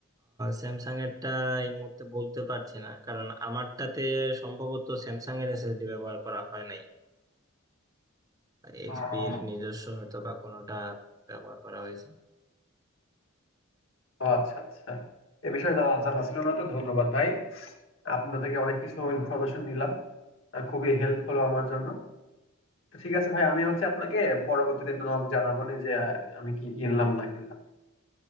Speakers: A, on the right; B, on the left.
A: স্যামসাং এরটা এই মুহূর্তে বলতে পারছি না কারণ আমারটাতে সম্ভবত স্যামসাং এর এসএসডি ব্যবহার করা হয় নাই এইচপির
B: আহ,
A: নিজস্ব হয়তো বা কোনোটা ব্যবহার করা হয়েছে
B: ও আচ্ছা আচ্ছা এ বিষয়ে জানা জানা ছিল না তো ধন্যবাদ ভাই আপনার থেকে অনেক কিছু ইনফরমেশন নিলাম আর খুবই হেল্প হলো আমার জন্য তো ঠিক আছে ভাই আমি হচ্ছে আপনাকে পরবর্তীতে নক জানাবো নি যে আহ, আমি কি কিনলাম না কিনলাম